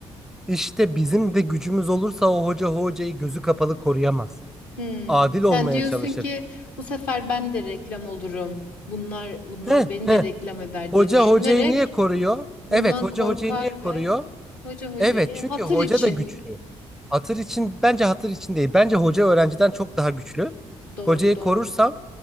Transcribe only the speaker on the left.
Hmm,
Sen
diyorsun
ki bu sefer ben de reklam olurum. Bunlar bunlar
beni
de reklam eder
diye düşünerek
bundan
korkar
ve hoca hocayı
hatır
için
doğru
doğru.